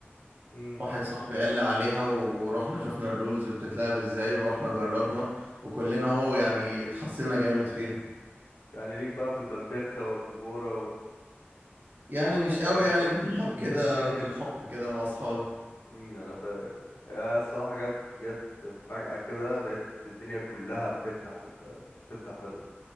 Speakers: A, on the left (about 70°); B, on the right (about 50°).
A: امم
B: واحد صاحبي قال لي عليها ورحنا شفنا الرولز بتتلعب ازاي ورحنا جربنا وكلنا هو يعني اتحسنا جامد فيها
A: يعني ليك بقى في البندخه والبيبوره
B: يعني مش قوي
A: والحاجات
B: يعني
A: دي
B: بنلعب
A: <laughs>
B: كده بالحب كده مع اصحابي
A: امم انا فاهم هي الصراحه جت جت فجاه كده لقيت الدنيا كلها بتفتح ب... بتفتح بادل